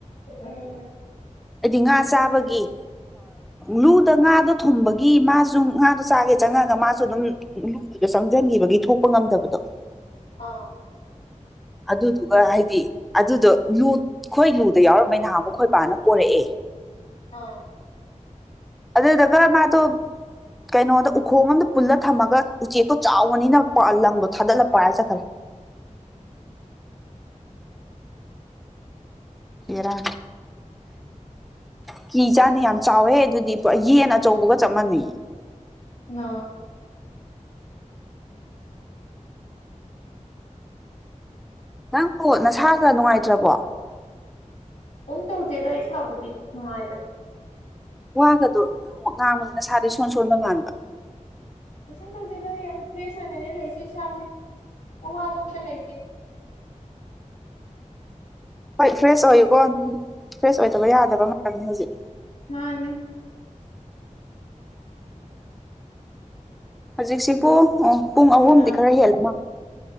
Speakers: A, on the left; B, in the centre.
A: ꯎꯝ
B: ꯍꯥꯏꯗꯤ ꯉꯥ ꯆꯥꯕꯒꯤ ꯂꯨꯗ ꯉꯥꯗꯣ ꯊꯨꯝꯕꯒꯤ ꯃꯥꯁꯨ ꯉꯥꯗꯣ ꯆꯥꯒꯦ ꯆꯪꯉꯒ ꯃꯥꯁꯨ ꯑꯗꯨꯝ ꯂꯨꯗꯨꯗ ꯆꯪꯁꯤꯟꯈꯤꯕ ꯒꯤ ꯊꯣꯛꯄ ꯉꯝꯗꯕꯗꯣ
A: ꯑꯥ
B: ꯑꯗꯨꯗꯨꯒ ꯍꯥꯏꯗꯤ ꯑꯗꯨꯗꯣ ꯂꯨ ꯈꯈꯣꯏ ꯂꯨꯗ ꯌꯥꯎꯔꯝꯝꯕ ꯅꯍꯥꯟ ꯃꯈꯈꯣꯏ ꯄꯕꯥꯅ ꯄꯣꯔꯛꯑꯦ
A: ꯑꯥ
B: ꯑꯗꯨꯗ ꯗꯒꯔ ꯃꯥ ꯇꯣ ꯀꯩꯅꯣꯗ ꯎꯈꯣꯡ ꯑꯃꯝꯗ ꯄꯨꯜꯂ ꯊꯝꯃꯒ ꯎꯆꯦꯛꯇꯣ ꯆꯥꯎꯕꯅꯤꯅ ꯂꯪꯗꯣ ꯊꯥꯗꯠꯂ ꯄ ꯍꯥꯏ ꯆꯠꯈ꯭ꯔꯦ <unintelligible>
A: <unintelligible>
B: ꯍꯦꯔꯥ ꯀꯤ ꯆꯥꯅꯤ ꯌꯥꯝ ꯆꯥꯎꯋꯦ ꯑꯗꯨꯗꯤ ꯄꯨꯥ ꯌꯦꯟ ꯑꯆꯧꯕꯒ ꯆꯞ ꯃꯥꯟꯩ
A: ꯑ
B: ꯅꯪꯕꯨꯣ ꯅꯁꯥꯗ ꯅꯨꯡꯉꯥꯏꯇ꯭ꯔꯕꯣ
A: ꯀꯝ ꯇꯧꯗꯦꯗ ꯏꯁꯥꯕꯨꯗꯤ ꯅꯨꯡꯉꯥꯏꯗ
B: ꯋꯥꯒꯗꯣꯣꯡ ꯉꯥꯡꯕꯗꯨꯅ ꯁꯥꯗꯣ ꯁꯣꯟ ꯁꯣꯟꯕ ꯃꯥꯟꯕ
A: ꯀꯩꯁꯨꯝ ꯇꯧꯗꯗ ꯌꯥꯝ ꯐ꯭ꯔꯦꯁ ꯑꯣꯏꯅꯅꯦ ꯂꯩꯁꯦ ꯏꯁꯥꯁꯦ ꯎ ꯋꯥꯗ ꯑꯝꯇ ꯂꯩꯇꯦ
B: ꯍꯣꯏ ꯐ꯭ꯔꯦꯁ ꯑꯣꯏꯌꯨꯀꯣ ꯐ꯭ꯔꯦꯁ ꯑꯣꯏꯗꯕ ꯌꯥꯗꯕ ꯃꯇꯝꯅꯤ ꯍꯧꯖꯤꯛ
A: ꯃꯥꯅꯦ
B: ꯍꯧꯖꯤꯛꯁꯤꯕꯨ ꯑꯣ ꯄꯨꯡ ꯑꯍꯨꯝꯗꯤ
A: ꯑꯥ
B: ꯈꯔ ꯍꯦꯜꯂꯃ